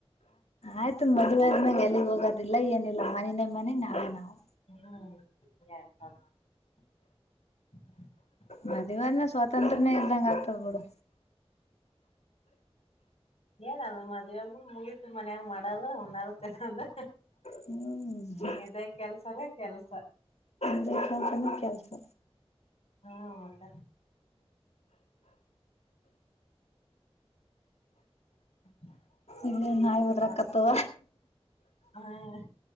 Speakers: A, on the left; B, on the left.
A: ಆಯ್ತು ಮದುವೆ ಆದ ಮ್ಯಾಲ ಎಲ್ಲಿಗ್ ಹೋಗೋದಿಲ್ಲ ಏನಿಲ್ಲ. ಮನೀನೆ ಮನಿ ನಾವೇ ನಾವು
B: ಹ್ಮ್
A: ಮದ್ವಾ ಆದ್ಮೇಲೆ ಸ್ವಾತಂತ್ರನೇ ಇಲ್ದಂಗ ಆಗ್ತದ ಬಿಡು.
B: ಏನ ಅದು ಮದುವೆ ಆದ್ಮೇಲೆ ಮುಗೀತ ಮನ್ಯಾಗ ಮಾಡದು ಉನ್ನೊದು ತಿನ್ನದು
A: ಹ್ಮ್
B: ಇದೇ ಕೆಲ್ಸನ ಕೆಲ್ಸ.
A: ಅ ಕೆಲ್ಸನ ಕೆಲಸ
B: ಹ್ಮ ಮದ <inaudible>
A: ಇಲ್ಲೇ ನಾಯಿ ಒದ್ರಕತ್ತವ.
B: ಹಮ್